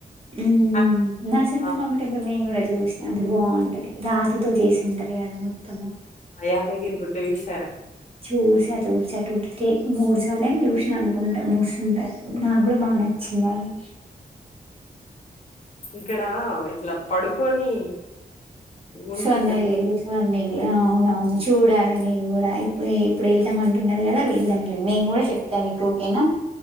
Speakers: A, on the right; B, on the left.
A: <unintelligible>
B: అది
A: నరసింహస్వామి
B: ఆ!
A: టెబుల్ ని కూడా చూసిన అది బాంటది రాతితో చేసి ఉంటారు కదా మొత్తము
B: యాదగిరి గుట్ట విష
A: చూస చూస టూటి మూడుసార్లు ఏమొ చూసినా అనుకుంటా మూసుంటారు నాకు కూడా బాగా నచ్చింది అది
B: ఇక్కడ ఇట్లా పడుకొని ఉంటాడు.
A: స్వర్ణగిరి
B: వి
A: స్వర్ణగిరి అవునువును చూడాలి నేను కూడా ఇప్పుడు ఇప్పుడు వెళ్దాం అంటున్నారు కదా వెళ్దాం నేను కూడా చెప్తా మీక ఓకేనా